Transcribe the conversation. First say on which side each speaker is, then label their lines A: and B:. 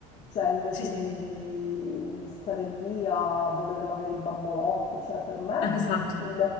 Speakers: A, on the left; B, on the left.
A: Cioè, invece
B: Sì, sì,
A: di, di- di stare lì a volere magari il bambolotto, cioè, per me
B: <laughs> esatto.
A: il-